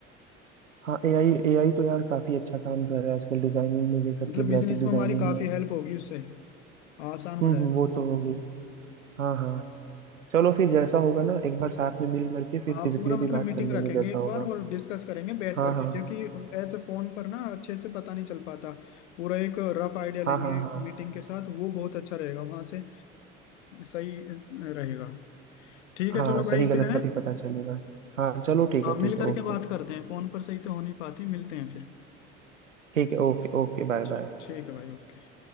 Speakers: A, on the right; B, on the left.
A: हाँ ए आई ए आई तो यार काफी अच्छा काम कर रहा है आजकल डिजाइनिंग में लेकर
B: मतलब
A: के
B: बिजनेस
A: ग्राफिक डिजाइनिंग
B: में हमारी काफी
A: में
B: हेल्प होगी उससे आसान
A: हम्म
B: हो जाएगा
A: हम्म, वो तो होगी हाँ हाँ चलो फिर जैसा होगा ना एक बार साथ में मिल करके फिर
B: हाँ
A: फिजिकली
B: पूरा मतलब
A: भी बात
B: मीटिंग
A: कर लेंगे
B: रखेंगे
A: जैसा
B: एक
A: होगा
B: बार और डिस्कस करेंगे बैठ
A: हाँ
B: करके
A: हाँ
B: क्योंकि ऐसे फोन पर ना अच्छे से पता नहीं चल पाता पूरा एक रफ आइडिया लेंगे
A: हाँ हाँ हाँ
B: मीटिंग के साथ वो बहुत अच्छा रहेगा वहां से सही रहेगा ठीक है
A: हाँ
B: चलो
A: सही
B: भाई
A: गलत
B: फिर है
A: का भी पता चलेगा हाँ चलो ठीक
B: हाँ
A: है ठीक
B: मिल करके
A: है ओके
B: बात करते हैं फोन पर सही से हो नहीं पाती मिलते हैं फिर
A: ठीक है ओके ओके बाय
B: ठीक
A: बाय
B: ठीक है भाई ओके